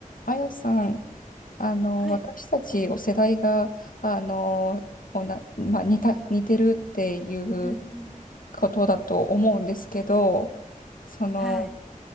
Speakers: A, on the left (about 75°); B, in the centre.
A: あやさん、あの、
B: はい。
A: 私たちお世代が、あの、おな、まあ、似た、似てるっていう
B: うんうん。
A: ことだと思うんですけど、その、
B: はい。